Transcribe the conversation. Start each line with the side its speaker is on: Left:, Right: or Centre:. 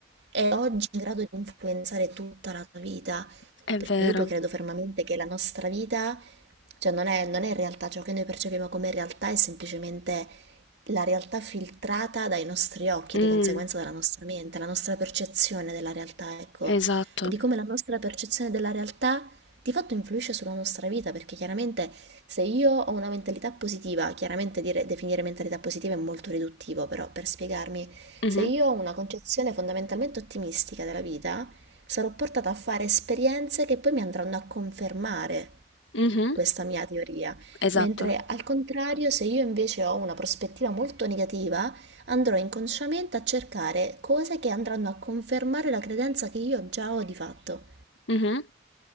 Right: è oggi in grado di influenzare tutta la tua vita,
Left: È
Right: perché
Left: vero.
Right: io poi credo fermamente che la nostra vita, cioè non è, non è realtà, ciò che noi percepiamo come realtà è semplicemente la realtà filtrata dai nostri occhi,
Left: Mh,
Right: di conseguenza dalla nostra mente, la nostra percezione della realtà, ecco,
Left: esatto.
Right: e di come la nostra percezione della realtà di fatto influisce sulla nostra vita, perché chiaramente se io ho una mentalità positiva, chiaramente dire- definire mentalità positiva è molto riduttivo, però per spiegarmi,
Left: Mh-mh.
Right: se io ho una concezione fondamentalmente ottimistica della vita, sarò portata a fare esperienze che poi mi andranno a confermare
Left: Mh-mh.
Right: questa mia teoria,
Left: Esatto.
Right: mentre al contrario, se io invece ho una prospettiva molto negativa, andrò inconsciamente a cercare cose che andranno a confermare la credenza che io già ho di fatto.
Left: Mh-mh.